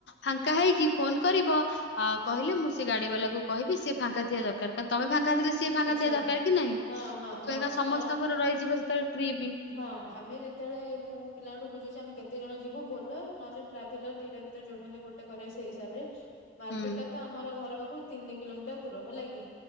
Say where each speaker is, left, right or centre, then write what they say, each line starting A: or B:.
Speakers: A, on the left (about 60°); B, on the left (about 75°).
A: ଫାଙ୍କା ହେଇକି ଫୋନ କରିବ? ଆ କହିଲେ ମୁଁ ସେ ଗାଡି ବାଲାକୁ କହିବି ସେ ଫାଙ୍କା ଥିବା ଦରକାର ତା ତମେ ଫାଙ୍କା ଥିଲେ ସିନା। ସିଏ ଫାଙ୍ଗା
B: ଆଚ୍ଛା
A: ଥିବା ଦରକାର କି ନାଇଁ
B: ହଁ
A: ସେଥିପାଇଁକା
B: ହଁ ହଁ ଶୁଣ
A: ସମସ୍ତଙ୍କର ରହିଯିବ ସେତେବେଳେ ଟ୍ରିପି।
B: ହଁ ଆମେ ଯେତେବେଳେ ମୁଁ ପିଲାଙ୍କ ଠୁ ବୁଝୁଛି ଆମେ କେତେ ଜଣ ଯିବୁ ବୋଲର ନ ହେଲେ ଟ୍ରାଭେଲର ଦିଟା ଭିତରେ ଯୋଟା ହେଲେ ଗୋଟେ କରିବା ସେଇ ହିସାବରେ। ମାର୍କେଟ
A: ହୁଁ।
B: ଟା ତ ଆମର ଘର ପାଖରୁ ତିନି କିଲୋମିଟର ଦୂର ହେଲା କି।